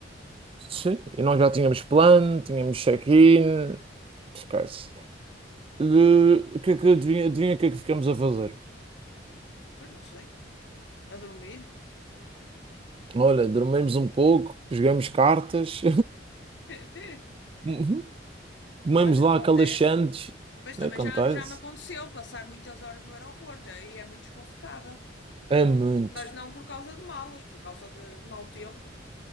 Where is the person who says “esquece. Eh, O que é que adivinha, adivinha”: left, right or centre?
Right